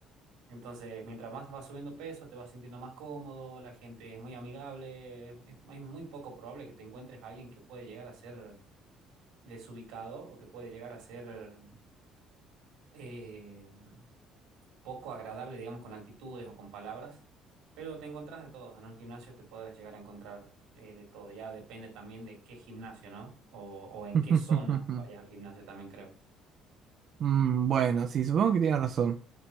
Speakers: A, on the right; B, on the right.
A: Entonces, mientras más vas subiendo peso, te vas sintiendo más cómodo, la gente es muy amigable, es, es- hay muy poco probable que te encuentres a alguien que puede llegar a ser desubicado o que puede llegar a ser... eh, poco agradable, digamos, con actitudes o con palabras, pero te encontrás de todo. En un gimnasio te puedes llegar a encontrar eh, de todo. Ya depende también de qué gimnasio, ¿no? O, o en
B: <laughs>
A: qué zona vayas al gimnasio también, creo.
B: Mm, Bueno, sí, supongo que tienes razón.